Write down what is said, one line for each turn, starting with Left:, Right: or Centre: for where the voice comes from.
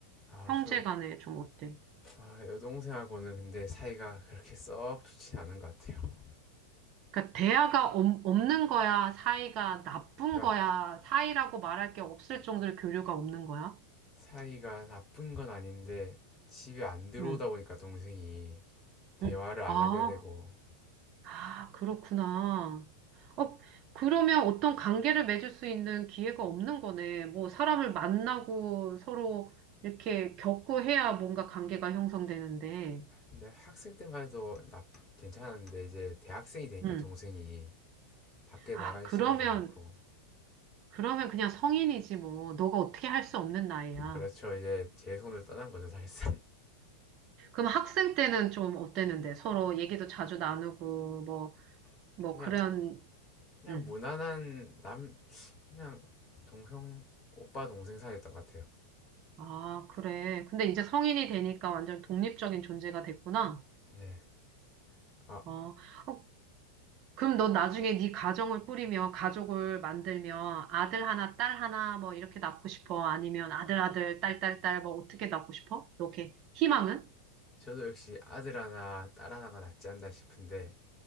Left: 아,
Right: 형제
Left: 전
Right: 간에 좀 어때?
Left: 아, 여동생하고는 근데 사이가 그렇게 썩 좋진 않은 것 같아요.
Right: 그러니까 대화가 없- 없는 거야? 사이가 나쁜
Left: 그러니까
Right: 거야? 사이라고 말할 게 없을 정도로 교류가 없는 거야?
Left: 사이가 나쁜 건 아닌데 집에 안 들어오다
Right: 응,
Left: 보니까 동생이 대화를
Right: 응.
Left: 안
Right: 아,
Left: 하게 되고
Right: 아, 그렇구나. 어, 그러면 어떤 관계를 맺을 수 있는 기회가 없는 거네. 뭐 사람을 만나고 서로 이렇게 겪고 해야 뭔가 관계가 형성되는데.
Left: 근데 학생 때만 해도 나 괜찮았는데 이제 대학생이 되니까
Right: 응.
Left: 동생이 밖에
Right: 아,
Left: 나갈
Right: 그러면,
Left: 시간도 많고
Right: 그러면 그냥 성인이지 뭐. 너가 어떻게 할 수 없는 나이야.
Left: 그렇죠 이제 제 손을 떠난 거죠 사실상
Right: 그럼 학생 때는 좀 어땠는데? 서로 얘기도 자주 나누고, 뭐,
Left: <laughs>
Right: 뭐,
Left: 그냥
Right: 그런,
Left: 그냥
Right: 응.
Left: 무난한 남 그냥 동형 오빠 동생 사이였던 것 같아요.
Right: 아, 그래. 근데 이제 성인이 되니까 완전 독립적인 존재가 됐구나.
Left: 네. 아
Right: 어, 어, 그럼 너 나중에 네 가정을 꾸리며, 가족을 만들며, 아들 하나, 딸 하나, 뭐, 이렇게 낳고 싶어? 아니면 아들, 아들, 딸, 딸, 딸, 뭐, 어떻게 낳고 싶어? 너 이렇게 희망은?
Left: 저도 역시 아들 하나, 딸 하나가 낫지 않나 싶은데,